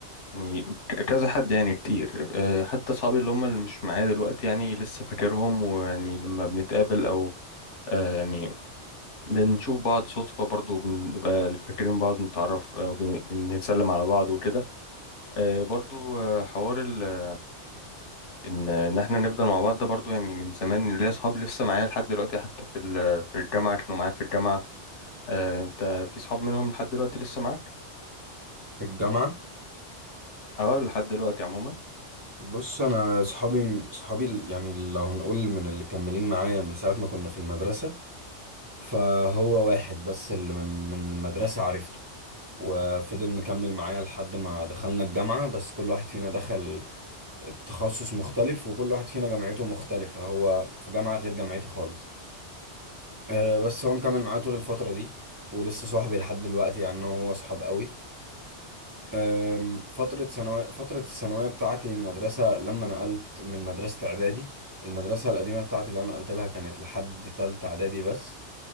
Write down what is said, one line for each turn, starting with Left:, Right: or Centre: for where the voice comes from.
Left: يعني ك- كذا حد يعني كتير آه، حتى أصحابي اللي هم اللي مش معايا دلوقتي يعني لسه فاكرهم ويعني لما بنتقابل أو آه يعني بنشوف بعض صدفة برضو بنبقى فاكرين بعض نتعرف آه، وبنسلم على بعض وكده آه برضو آه حوار ال- إن إن إحنا نفضل مع بعض ده برضو يعني من زمان ليا أصحاب لسه معايا لحد دلوقتي حتى في ال- في الجامعة كانوا معايا في الجامعة آه أنت في صحاب منهم لحد دلوقتي لسه معاك؟
Right: في الجامعة
Left: أه لحد دلوقتي عموما
Right: بص أنا صحابي صحابي ال- يعني لو هنقول من اللي كملين معايا من ساعة ما كنا في المدرسة فهو واحد بس اللي من من المدرسة عرفته وفضل مكمل معايا لحد ما دخلنا الجامعة بس كل واحد فينا دخل التخصص مختلف وكل واحد فينا جامعته مختلفة هو في جامعة غير جامعتي خالص أه بس هو مكمل معايا طول الفترة دي ولسه صاحبي لحد دلوقتي يعني أنا وهو صحاب قوي أم، فترة ثانوية فترة الثانوية بتاعتي المدرسة لما نقلت من مدرسة إعدادي المدرسة القديمة بتاعتي اللي أنا نقلت لها كانت لحد تالتة إعدادي بس